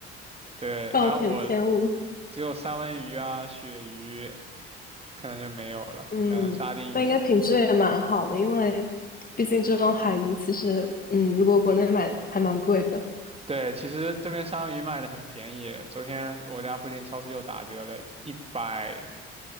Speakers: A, on the right; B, on the left.
A: 对，
B: <laughs> 暴殄天物。
A: 反正我只有三文鱼啊、鳕鱼，可能就没有了，
B: 嗯，
A: 可能沙丁鱼。
B: 但应该品质也蛮好的，因为毕竟这种海鱼其实，嗯，如果国内买还蛮贵的。
A: 对，其实这边三文鱼卖的很便宜，昨天我家附近超市又打折了，一百